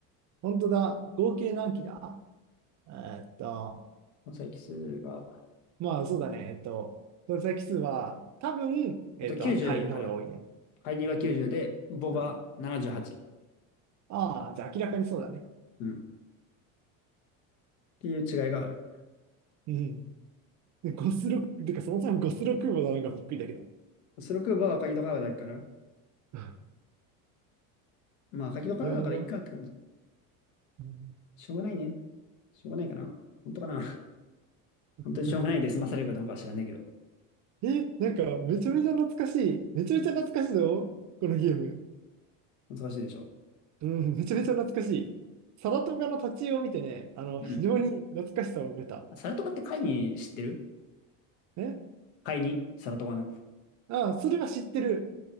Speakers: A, on the right; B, on the left.
A: 本当だ。合計何機だえーっと、
B: 搭載機数が、
A: まあそうだね。えっと、搭載機数は多分、えっと、
B: えっと、90かな。
A: 赤海の方が多いね。
B: 介入が90で、母が78。
A: うん。ああ、じゃあ明らかにそうだね。
B: うん。っていう違いがある。
A: うん。うんでゴスロ、てかそもそもゴスロ空母なのがびっくりだけど。
B: スロークーバーは赤木と川だけかな。
A: <laughs>
B: まあ、赤木と川だからいいかって感じ。
A: やば。うん
B: しょうがないね。しょうがないかな。本当かな。<laughs>
A: <laughs>
B: 本当にしょうがないで済まされるかどうかは知らないけど。
A: え、なんか、めちゃめちゃ懐かしい。めちゃめちゃ懐かしいぞ、このゲーム。
B: 難しいでしょ。
A: うん、めちゃめちゃ懐かしい。サラトガの立ち絵を見てね、あの、
B: うん。
A: 非常に懐かしさを覚えた。
B: サラトカって会に知ってる
A: え
B: 会にサラトカの。
A: ああ、それは知ってる。